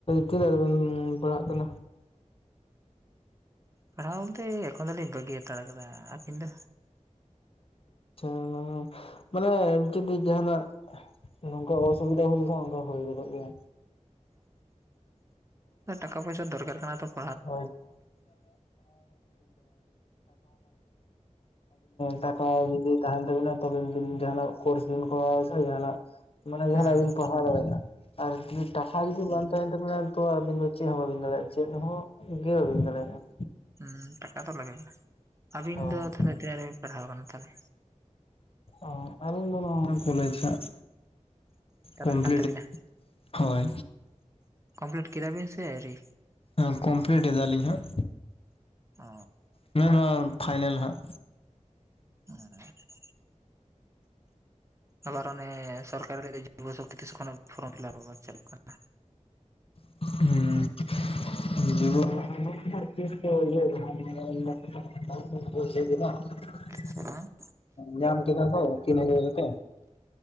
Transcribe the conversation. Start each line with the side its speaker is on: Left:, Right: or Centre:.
Left: ᱛᱤᱱᱟᱹᱜ ᱨᱮᱵᱤᱱ ᱯᱟᱲᱦᱟᱜ ᱠᱟᱱᱟ?
Right: ᱯᱟᱲᱦᱟᱣ ᱵᱳᱞᱛᱮ ᱮᱠᱷᱚᱱ ᱫᱚᱞᱤᱧ ᱵᱟᱹᱜᱤ ᱦᱟᱛᱟᱲ ᱠᱟᱫᱟ ᱟᱨ ᱠᱤᱱᱛᱩ
Left: <inaudible> ᱢᱟᱱᱮ ᱡᱩᱫᱤ ᱡᱟᱦᱟᱱᱟᱜ ᱱᱚᱝᱠᱟ ᱚᱥᱩᱵᱤᱫᱟ ᱦᱩᱭ ᱞᱮᱠᱷᱟᱱ ᱚᱱᱠᱟ ᱦᱩᱭ ᱜᱚᱫᱚᱜ ᱜᱮᱭᱟ᱾
Right: ᱚ ᱴᱟᱠᱟ ᱯᱩᱭᱥᱟ ᱫᱚᱨᱠᱟᱨ ᱠᱟᱱᱟ ᱛᱚ ᱾
Left: ᱼ <unintelligible> <unintelligible> ᱴᱟᱠᱟ ᱡᱩᱫᱤ ᱛᱟᱦᱮᱱ ᱛᱟᱵᱤᱱᱟ ᱛᱚᱵᱮ ᱵᱤᱱ ᱡᱟᱦᱱᱟᱜ ᱠᱳᱨᱥ ᱵᱤᱱ ᱠᱚᱨᱟᱣᱟ ᱥᱮ ᱡᱟᱦᱟᱱᱟᱜ ᱢᱟᱱᱮ ᱡᱟᱦᱟᱱᱟᱜ
Right: ᱦᱩᱸ
Left: ᱵᱤᱱ ᱯᱟᱲᱦᱟᱣ ᱫᱟᱲᱮᱭᱟᱜᱼᱟ ᱟᱨ ᱡᱩᱫᱤ ᱴᱟᱠᱟ ᱡᱩᱫᱤ ᱵᱟᱝ ᱛᱟᱦᱮᱱ ᱛᱟᱵᱤᱱᱟ ᱛᱚ ᱟᱹᱵᱤᱱ ᱫᱚ ᱪᱮᱫ ᱦᱚᱸ ᱵᱟᱹᱵᱤᱱ ᱫᱟᱲᱮᱭᱟᱜᱼᱟ ᱪᱮᱫ ᱦᱚᱸ ᱜᱮ ᱵᱟᱵᱤᱱ ᱫᱟᱲᱮᱭᱟᱜᱼᱟ ᱾
Right: ᱦᱩᱸ ᱴᱟᱠᱟ ᱫᱚ ᱞᱟᱜᱟ ᱟᱵᱤᱱ
Left: ᱦᱳᱭ
Right: ᱫᱚ ᱛᱟᱦᱚᱞᱮ ᱛᱤᱱᱟᱹᱜ ᱨᱮᱵᱤᱱ ᱯᱟᱲᱦᱟᱣ ᱟᱠᱟᱱᱟ ᱛᱟᱦᱚᱞᱮ?
Left: ᱚ ᱟᱹᱞᱤᱧ ᱫᱚ ᱠᱚᱞᱮᱡ ᱦᱟᱸᱜ᱾
Right: ᱪᱟᱞᱟᱜ
Left: ᱠᱚᱢᱯᱞᱤᱴ
Right: ᱠᱟᱱ ᱛᱟᱹᱵᱤᱱᱟ
Left: ᱦᱳᱭ
Right: ᱠᱚᱢᱯᱤᱞᱤᱴ ᱠᱮᱫᱟ ᱵᱤᱱ ᱥᱮ ᱟᱭᱨᱤ?
Left: ᱮ ᱠᱚᱢᱯᱤᱞᱤᱴ ᱮᱫᱟᱞᱤᱧ ᱦᱟᱸᱜ᱾
Right: ᱚ ᱾
Left: ᱱᱚᱣᱟ ᱯᱷᱟᱭᱱᱮᱞ ᱦᱟᱸᱜ᱾
Right: <unintelligible> ᱟᱵᱟᱨ ᱚᱱᱮ ᱥᱚᱨᱠᱟᱨ ᱮ ᱞᱟᱹᱭ ᱫᱟ ᱡᱩᱵᱚ ᱥᱚᱠᱛᱤ ᱛᱤᱥ ᱠᱷᱚᱱᱟᱜ ᱯᱷᱚᱨᱚᱢ ᱯᱷᱤᱞᱟᱯ ᱟᱵᱟᱨ ᱪᱟᱞᱩᱜ ᱠᱟᱱᱟ᱾
Left: ᱦᱩ ᱾ <inaudible> <unintelligible>
Right: <unintelligible>
Left: ᱧᱟᱢ ᱠᱮᱫᱟ ᱠᱚ ᱛᱤᱱ ᱦᱟᱡᱟᱨ ᱠᱟᱛᱮ᱾